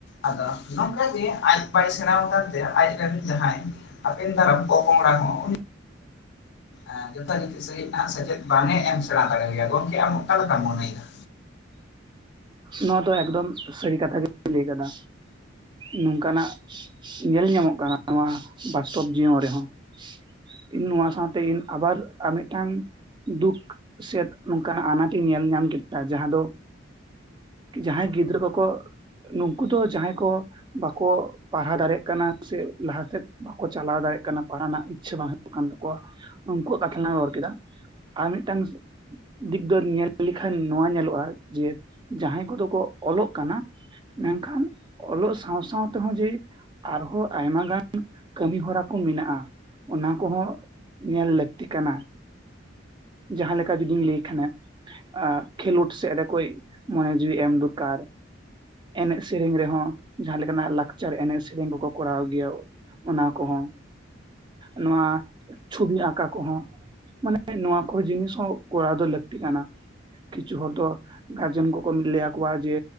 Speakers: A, on the left; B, on the right.
A: ᱟᱫᱚ ᱱᱚᱝᱠᱟ ᱜᱮ ᱟᱡ ᱵᱟᱭ ᱥᱮᱬᱟᱣ ᱠᱟᱱ ᱛᱮ ᱟᱡᱨᱮᱱ ᱡᱟᱦᱟᱸᱭ ᱟᱯᱮᱱ ᱫᱟᱨᱟᱢ ᱯᱚᱼᱯᱚᱝᱲᱟ ᱦᱚᱸ <inaudible> ᱮᱸ ᱡᱚᱛᱷᱟ ᱡᱚᱛᱷᱤ ᱥᱟᱺᱦᱤᱡ ᱱᱟᱦᱟᱜ ᱥᱮᱪᱮᱫ ᱵᱟᱝᱮ ᱮᱢ ᱥᱮᱬᱟ ᱫᱟᱲᱮᱣᱟᱭᱟ᱾ ᱜᱚᱝᱠᱮ ᱟᱢ ᱚᱠᱟ ᱞᱮᱠᱟᱢ ᱢᱚᱱᱮᱭᱮᱫᱟ?
B: ᱱᱚᱣᱟ ᱫᱚ ᱮᱠᱫᱚᱢ ᱥᱟᱹᱨᱤ ᱠᱟᱛᱷᱟ <inaudible> ᱞᱟᱹᱭ ᱠᱟᱫᱟ᱾ ᱱᱚᱝᱠᱟᱱᱟᱜ ᱧᱮᱞ ᱧᱟᱢᱚᱜ ᱠᱟᱱᱟ ᱱᱚᱣᱟ ᱵᱟᱥᱛᱚᱵ ᱡᱤᱭᱚᱱ ᱨᱮᱦᱚᱸ᱾ ᱤᱧ ᱱᱚᱣᱟ ᱥᱟᱶᱛᱮ ᱤᱧ ᱟᱵᱟᱨ ᱟᱨ ᱢᱤᱫᱴᱟᱝ ᱫᱩᱠ ᱥᱮᱫ ᱱᱚᱝᱠᱟᱱᱟᱜ ᱟᱱᱟᱴ ᱤᱧ ᱧᱮᱞ ᱧᱟᱢ ᱠᱮᱫᱟ ᱡᱟᱦᱟᱸ ᱫᱚ ᱡᱟᱦᱟᱸᱭ ᱜᱤᱫᱽᱨᱟᱹ ᱠᱚᱼᱠᱚ ᱱᱩᱝᱠᱩ ᱫᱚ ᱡᱟᱦᱟᱸᱭ ᱠᱚᱼᱼ ᱵᱟᱠᱚ ᱯᱟᱲᱦᱟ ᱫᱟᱲᱮᱭᱟᱜ ᱠᱟᱱᱟ ᱥᱮ ᱞᱟᱦᱟᱥᱮᱫ ᱵᱟᱠᱚ ᱪᱟᱞᱟᱣ ᱫᱟᱲᱮᱭᱟᱜ ᱠᱟᱱᱟ, ᱯᱟᱲᱦᱟ ᱨᱮᱱᱟᱜ ᱤᱪᱪᱷᱟᱹ ᱵᱟᱝᱼᱼ ᱠᱟᱱ ᱛᱟᱠᱚᱣᱟ, ᱩᱱᱠᱩᱣᱟᱜ ᱠᱟᱛᱷᱟ ᱞᱟᱝ ᱨᱚᱲ ᱠᱮᱫᱟ ᱟᱨ ᱢᱤᱫᱴᱟᱝᱼᱼ ᱫᱤᱠ ᱫᱚ ᱱᱤᱭᱟᱹ ᱧᱮᱞ ᱞᱮᱠᱷᱟᱱ ᱱᱚᱣᱟ ᱧᱮᱞᱚᱜᱼᱟ ᱡᱮ ᱡᱟᱦᱟᱸᱭ ᱠᱚᱫᱚ ᱠᱚ ᱚᱞᱚᱜ ᱠᱟᱱᱟ᱾ ᱢᱮᱱᱠᱷᱟᱱ ᱚᱞᱚᱜ ᱥᱟᱶ ᱥᱟᱶ ᱛᱮ ᱦᱚᱸ ᱡᱮᱼᱼ ᱟᱨᱦᱚᱸ ᱟᱭᱢᱟ ᱜᱟᱱ ᱠᱟᱹᱢᱤ ᱦᱚᱨᱟ ᱠᱚ ᱢᱮᱱᱟᱜᱼᱟ, ᱚᱱᱟ ᱠᱚ ᱦᱚᱸᱼᱼ ᱧᱮᱞ ᱞᱟᱹᱠᱛᱤ ᱠᱟᱱᱟ᱾ ᱡᱟᱦᱟᱸ ᱞᱮᱠᱟ ᱡᱩᱫᱤᱢ ᱞᱟᱹᱭ ᱠᱷᱟᱱᱮᱼᱼ ᱟᱸᱜ ᱠᱷᱮᱞᱚᱰ ᱥᱮᱜ ᱨᱮ ᱠᱚᱭ ᱢᱚᱱᱮ ᱡᱤᱣᱤ ᱮᱢ ᱫᱚᱨᱠᱟᱨ᱾ ᱮᱱᱮᱡ ᱥᱮᱨᱮᱧ ᱨᱮᱦᱚᱸ ᱡᱟᱦᱟᱸ ᱞᱮᱠᱟᱱᱟᱜ ᱞᱟᱠᱪᱟᱨ ᱮᱱᱮᱡ ᱥᱮᱨᱮᱧ ᱠᱚᱼᱠᱚ ᱠᱚᱨᱟᱣ ᱜᱮᱭᱟ᱾ ᱚᱱᱟ ᱠᱚᱦᱚᱸ, ᱱᱚᱣᱟ ᱪᱷᱚᱵᱤ ᱟᱸᱠᱟᱣ ᱠᱚ ᱦᱚᱸᱼᱼ ᱢᱟᱱᱮ ᱱᱚᱣᱟ ᱠᱚ ᱡᱤᱱᱤᱥ ᱦᱚᱸ ᱠᱚᱨᱟᱣ ᱫᱚ ᱞᱟᱹᱠᱛᱤ ᱠᱟᱱᱟ, ᱠᱤᱪᱷᱩ ᱦᱚᱲ ᱫᱚ ᱜᱟᱨᱡᱮᱱ ᱠᱚᱼᱼ <unintelligible> ᱠᱚ ᱞᱟᱹᱭᱟ ᱠᱚᱣᱟ ᱡᱮ